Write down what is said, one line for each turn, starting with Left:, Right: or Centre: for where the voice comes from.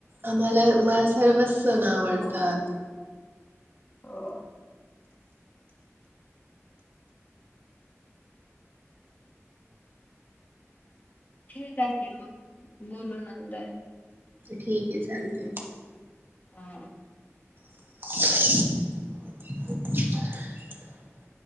Right: आम्हाला मला सर्वच सण आवडतात.
Left: हो. ठीक हाय की मग बोलू नंतर.
Right: ठीके चालतय.
Left: हा.
Right: <unintelligible>